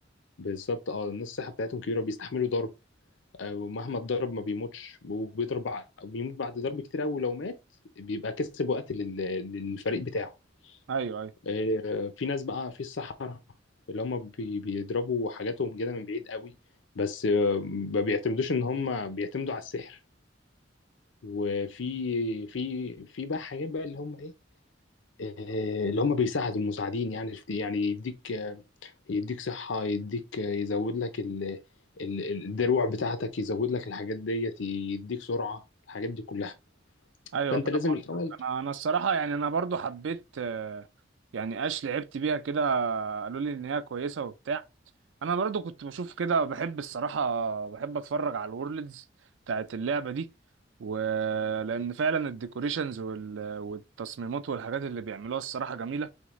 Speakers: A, on the left (about 80°); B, on the right (about 85°).
A: بالظبط اه الناس الصحه بتاعتهم كبيره بيستحملوا ضرب آه، ومهما اتضرب ما بيموتش وبيضرب بع- بيموت بعد ضرب كتير قوي لو مات بيبقى كسب وقت لل- للفريق بتاعه
B: ايوه ايوه
A: آه، في ناس بقى في الصحراء اللي هم بي- بيضربوا حاجاتهم كده من بعيد قوي بس آه، ما بيعتمدوش ان هم بيعتمدوا على السحر وفي في في بقى حاجات بقى اللي هم ايه آه، اللي هم بيساعدوا المساعدين يعني في- يعني يديك آه، يديك صحة يديك آه، يزود لك ال- ال- الدروع بتاعتك يزود لك الحاجات ديت يديك سرعة الحاجات دي كلها
B: ايوه
A: فأنت
B: فاهم
A: لازم
B: قصدك
A: الأول
B: انا انا الصراحه يعني انا برضو حبيت آه، يعني اش لعبت بيها كده قالوا لي ان هي كويسه وبتاع انا برضو كنت بشوف كده بحب الصراحه بحب اتفرج على الورلدز بتاعت اللعبه دي ولان فعلا الديكوريشنز والتصميمات والحاجات اللي بيعملوها الصراحه جميله